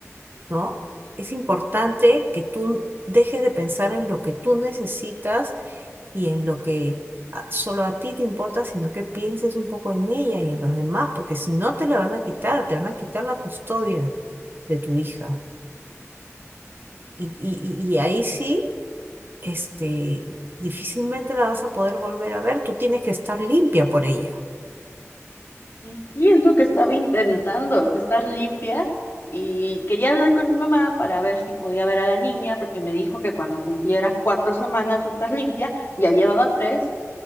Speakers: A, on the right; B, on the left.
A: ¿no? Es importante que tú dejes de pensar en lo que tú necesitas y en lo que a- solo a ti te importa, sino que pienses un poco en ella y en los demás, porque si no te la van a quitar, te van a quitar la custodia de tu hija. Y, y, y y ahí sí, este, difícilmente la vas a poder volver a ver, tú tienes que estar limpia por ella.
B: Y sí, es lo que estaba intentando, estar limpia. Y quería hablar con mi mamá para ver si podía ver a la niña, porque me dijo que cuando cumpliera cuatro semanas de estar limpia, ya llevaba tres,